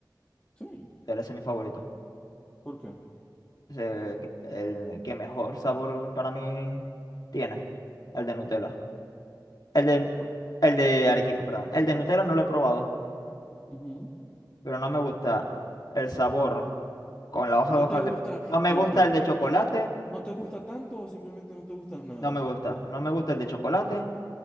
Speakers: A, on the left; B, on the left.
A: Sí,
B: Nutella ese es mi favorito.
A: ¿por qué?
B: Es el, el que mejor sabor para mí tiene. El de Nutella. El de,
A: Por-
B: el de Arequipa, perdón. El de Nutella no lo he probado,
A: Ujú.
B: pero no me gusta el sabor con la hoja
A: No
B: de hojaldre.
A: te gusta,
B: No me
A: ya,
B: gusta
A: va, pero
B: el de chocolate.
A: no, no te gusta tanto o simplemente no te gusta nada.
B: No me gusta. No me gusta el de chocolate.